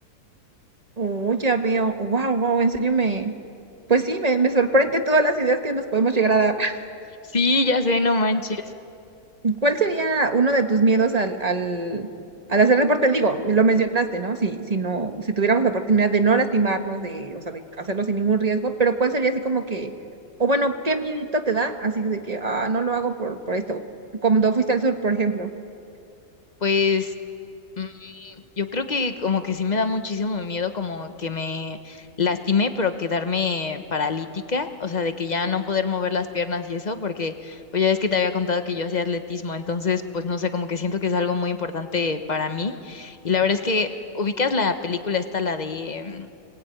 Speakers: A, on the right (about 25°); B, on the left (about 30°).
A: Oh, ya veo. Wow, wow, en serio me. Pues sí, me, me sorprende todas las ideas que nos podemos llegar a dar. <laughs>
B: Sí, ya sé, no manches.
A: Em, ¿cuál sería uno de tus miedos al, al, al hacer deporte? Digo, me lo mencionaste, ¿no? Si, si no, si tuviéramos la oportunidad de no lastimarnos, de, o sea, de hacerlo sin ningún riesgo, pero ¿cuál sería así como que, o bueno, qué miedito te da? Así de que, ah, no lo hago por, por esto. Cuando fuiste al sur, por ejemplo. <clears throat>
B: Pues mm, yo creo que como que sí me da muchísimo miedo como que me lastime, pero quedarme paralítica, o sea, de que ya no poder mover las piernas y eso, porque pues ya es que te había contado que yo hacía atletismo, entonces pues no sé, como que siento que es algo muy importante para mí. Y la verdad es que ubicas la película esta, la de